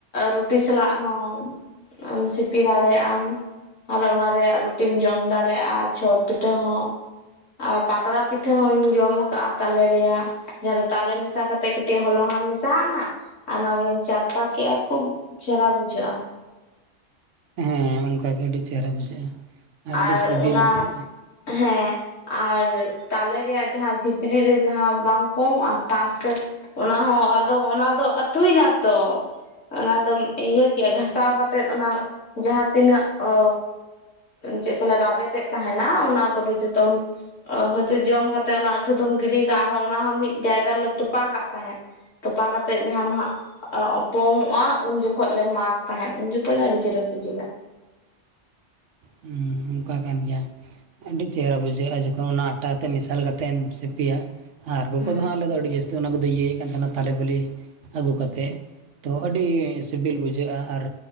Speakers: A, on the left; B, on the right.
A: ᱨᱩᱴᱤ ᱥᱟᱞᱟᱜ ᱦᱚᱸ ᱥᱤᱯᱤ ᱫᱟᱲᱮᱭᱟᱜ ᱟᱢ ᱟᱨ ᱚᱱᱟ ᱨᱮᱭᱟᱜ ᱨᱩᱴᱤᱢ ᱡᱚᱢ ᱫᱟᱲᱮᱭᱟᱜᱼᱟ ᱪᱷᱚᱨ ᱯᱤᱴᱷᱟᱹ ᱦᱚᱸ ᱟᱨ ᱯᱟᱛᱲᱟ ᱯᱤᱴᱷᱟᱹ ᱦᱚᱧ ᱡᱚᱢ ᱟᱠᱟᱫᱼᱟ ᱛᱟᱞᱮ ᱨᱮᱭᱟᱜ ᱡᱟᱦᱟᱸ ᱫᱚ ᱛᱟᱞᱮ ᱢᱮᱥᱟ ᱠᱟᱛᱮᱜ ᱠᱟᱹᱴᱤᱡ ᱦᱚᱞᱚᱝ ᱮᱢ ᱢᱮᱥᱟᱣ ᱱᱟ ᱚᱱᱟᱜᱮᱢ ᱪᱟᱨᱯᱟ ᱠᱮᱫᱮᱜᱼᱟ ᱠᱷᱩᱵ ᱪᱮᱦᱮᱨᱟ ᱵᱩᱡᱷᱟᱹᱜᱼᱟ
B: ᱦᱮᱸ ᱚᱱᱠᱟᱜᱮ ᱟᱹᱰᱤ ᱪᱮᱦᱮᱨᱟ ᱵᱩᱡᱷᱟᱹᱜᱼᱟ ᱟᱹᱰᱤ
A: ᱟᱨ
B: ᱥᱤᱵᱤᱞ
A: ᱚᱱᱟ
B: ᱟᱛᱮᱫ
A: ᱦᱮᱸ ᱟᱨ ᱛᱟᱞᱮ ᱨᱮᱭᱟᱜ ᱡᱟᱦᱟᱸ ᱵᱷᱤᱛᱨᱤ ᱨᱮ ᱡᱟᱦᱟᱸ ᱵᱟᱝ ᱯᱚᱝᱚᱜᱼᱟ ᱥᱟ ᱥᱮᱫ ᱚᱱᱟ ᱦᱚᱸ ᱟᱫᱚ ᱚᱱᱟ ᱫᱚ ᱟᱹᱛᱩᱭᱮᱱᱟ ᱛᱚ ᱚᱱᱟᱫᱚᱢ ᱤᱭᱟᱹ ᱠᱮᱜᱼᱟ ᱜᱷᱟᱥᱟᱣ ᱠᱟᱛᱮᱜ ᱚᱱᱟ ᱡᱟᱦᱟᱸ ᱛᱤᱱᱟᱹᱜ ᱚ ᱪᱮᱫ ᱠᱚ ᱞᱮ ᱜᱟᱵᱮᱫ ᱛᱮᱫ ᱛᱟᱦᱮᱱᱟ ᱚᱱᱟ ᱠᱚᱫᱚ ᱡᱚᱛᱚᱢ ᱦᱳᱭᱛᱳ ᱡᱚᱢ ᱠᱟᱛᱮᱜ ᱚᱱᱟ ᱟᱹᱷᱩ ᱫᱚᱢ ᱜᱤᱰᱤ ᱠᱟᱜ-ᱟ ᱟᱨ ᱚᱱᱟᱦᱚᱸ ᱢᱤᱫ ᱡᱟᱭᱜᱟ ᱨᱮᱞᱮ ᱛᱚᱯᱟ ᱠᱟᱜ ᱛᱟᱦᱮᱸᱫ ᱛᱚᱯᱟ ᱠᱟᱛᱮᱜ ᱡᱟᱦᱟᱸ ᱟᱱᱟᱦᱸᱟᱜ ᱯᱚᱝ ᱚᱜᱼᱟ ᱩᱱ ᱡᱚᱠᱷᱚᱱ ᱞᱮ ᱢᱟᱜᱽ ᱛᱟᱦᱮᱱ ᱩᱱ ᱡᱚᱠᱷᱚᱡ ᱦᱚ ᱟᱹᱰᱤ ᱪᱮᱦᱮᱨᱟ ᱥᱤᱵᱤᱞᱟ
B: ᱦᱮᱸ ᱚᱱᱠᱟ ᱠᱟᱱ ᱜᱮᱭᱟ ᱟᱹᱰᱤ ᱪᱮᱦᱮᱨᱟ ᱵᱩᱡᱷᱟᱹᱜᱼᱟ ᱡᱚᱠᱷᱚᱱ ᱛ ᱚᱱᱟ ᱟᱴᱟ ᱛᱮ ᱢᱮᱥᱟᱞ ᱠᱟᱛᱮ ᱮᱢ ᱥᱤᱯᱤᱭᱟ ᱟᱨ ᱜᱚᱜᱚ
A: ᱦᱩᱸ
B: ᱫᱚ ᱦᱟᱸᱜ ᱟᱞᱮ ᱫᱚ ᱟᱹᱰᱤ ᱡᱟᱹᱥᱛᱤ ᱚᱱᱟ ᱠᱚ ᱤᱭᱟᱹᱭᱟ ᱛᱟᱦᱮᱱᱟ ᱛᱟᱞᱮ ᱵᱤᱞᱤ ᱟᱹᱜᱩ ᱠᱟᱛᱮᱫ ᱛᱚ ᱟᱹᱰᱤ ᱥᱤᱵᱤᱞ ᱵᱩᱡᱷᱟᱹᱜᱼᱟ ᱟᱨ